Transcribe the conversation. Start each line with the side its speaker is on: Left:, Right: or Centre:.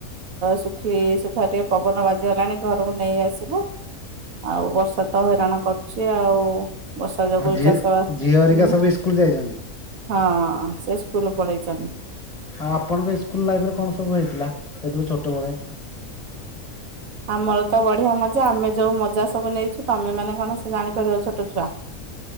Right: ସୁ ଖି ଶୁଖା ଟିକେ ପବନ ବାଜିଗଲାଣି ଘରକୁ ନେଇ ଆସିବୁ ଆଉ ବର୍ଷା ତ ହଇରାଣ କରୁଛି ଆଉ ବର୍ଷା ଯୋଗୁ
Left: ଆଉ ଝିଅ
Right: ଚାଷ ବା
Left: ଝିଅ ହେରିକା
Right: ହୁଁ
Left: ସବୁ ଇସ୍କୁଲ ଯାଇଛନ୍ତି
Right: ହଁ ସେ ସ୍କୁଲ ପଢେଇଛନ୍ତି।
Left: ଆଉ ଆପଣଙ୍କ ସ୍କୁଲ ଲାଇଫ ରେ କଣ ସବୁହେଇଥିଲା ସେତେବେଳେ ଛୋଟବେଳେ?
Right: ଆମର ତ ବଢିଆ ମଜା ଆମେ ଯୋଉ ମଜା ସବୁ ନେଇଛୁ ତମେ ମାନେ କଣ ସେ ଜାଣିପାରିବ ଛୋଟ ଛୁଆ